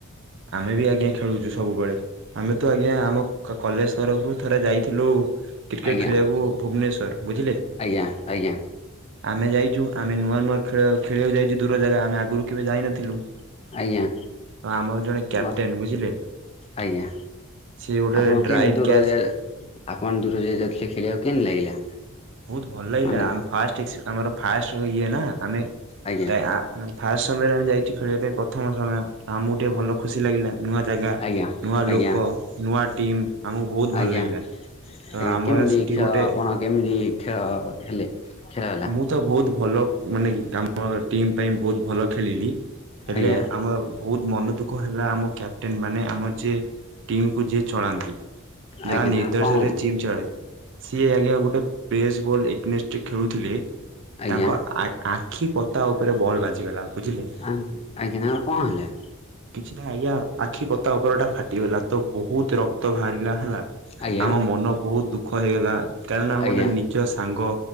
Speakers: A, on the right; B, on the left.
A: ଆମେ ବି ଆଜ୍ଞା ଖେଳୁଚୁ ସବୁବେଳେ ଆମେ ତ ଆଜ୍ଞା ଆମ କଲେଜ ତରଫରୁ ଥରେ ଯାଇଥିଲୁ କ୍ରିକେଟ
B: ଆଜ୍ଞା
A: ଖେଳିବାକୁ ଭୁବନେଶ୍ୱର। ବୁଝିଲେ?
B: ଆଜ୍ଞା ଆଜ୍ଞା।
A: ଆମେ ଯାଇଚୁ ଆମେ ନୂଆ ନୂଆ ଖେଳ ଖେଳିବାକୁ ଯାଇଛୁ ଦୂର ଜାଗା ଆମେ ଆଗରୁ କେବେ ଯାଇନଥିଲୁ।
B: ଆଜ୍ଞା।
A: ହଁ ଆମର ଜଣେ କ୍ୟାପଟେନ୍
B: ୱା
A: ବୁଝିଲେ
B: ଆଜ୍ଞା।
A: ସିଏ ଗୋଟେ
B: ଆପଣ
A: ଡ୍ରାଇଭ୍
B: କେତି ଦୂରଜ
A: କ୍ୟାଚ୍
B: <unintelligible> ଆପଣ ଦୂରଜ ଯାଉଥିଲେ ଖେଳିବାକୁ କେମତି ଲାଗିଲା?
A: ବହୁତ ଭଲ ଲାଗିଲା
B: ମାନେ
A: ଆମ ଫାଷ୍ଟ ସ ଆମର ଫାଷ୍ଟ ଇଏ ନା ଆମେ
B: ଆଜ୍ଞା
A: ଟାଏ ଆ ଆ ଆମେ ଫାଷ୍ଟ ସମୟରେ ଆମେ ଯାଇଛୁ ଖେଳିବା ପାଇଁ ପ୍ରଥମ ସମୟ ଆମକୁ ଟିକେ ଭଲ ଖୁସି ଲାଗିଲା ନୂଆ ଜାଗା
B: ଆଜ୍ଞା
A: ନୂଆ ଲୋକ
B: ଆଜ୍ଞା
A: ନୂଆ ଟିମ୍ ଆମକୁ ବହୁତ ଭଲ
B: ଆଜ୍ଞା
A: ଲାଗିଲା ତ
B: ଆଜ୍ଞା
A: ଆମର
B: କେମିତି
A: ସେଟି
B: ଖେଳ
A: ଗୋଟେ
B: ଆପଣ କେମିତି ଖେଳ ହେଲେ ଖେଳନା।
A: ମୁଁ ତ ବହୁତ ଭଲ ମାନେ ଆମ ଟିମ୍ ପାଇଁ ବହୁତ ଭଲ ଖେଳିଲି ହେଲେ
B: ଆଜ୍ଞା
A: ଆମ ଭଉତ୍ ମନ ଦୁଃଖ ହେଲା ଆମ କ୍ୟାପଟେନ ମାନେ ଆମ ସିଏ ଟିମକୁ ଯିଏ ଚଳାନ୍ତି। ଯାହା
B: ଆଜ୍ଞା
A: ନିର୍ଦ୍ଦେସରେ
B: ନା କଣ
A: ଚିମ୍ ଚଳେ ସିଏ ଆଜ୍ଞା ଗୋଟେ ପ୍ରେସ୍ ବଲ୍ ଏଗନେଷ୍ଟେ ଖେଳୁଥିଲେ
B: ଆଜ୍ଞା
A: ତାଙ୍କ ଆ ଆଖି ପତା ଉପରେ ବଲ୍ ବାଜିଗଲା ବୁଝିଲେ?
B: ଆଁ ଆଜ୍ଞା ତାଙ୍କର କଣ ହେଲା?
A: କିଛି ନାଇଁ ଆଜ୍ଞା ଆଖି ପତା ଉପର ଟା ଫାଟିଗଲା ତ ବହୁତ ରକ୍ତ ବାହାରିଲା ହେଲା
B: ଆଜ୍ଞା
A: ଆମ ମନ ବହୁତ ଦୁଃଖ ହେଇଗଲା କାରଣ ଆମ
B: ଆଜ୍ଞା
A: ଗୋଟେ ନିଜ ସାଙ୍ଗ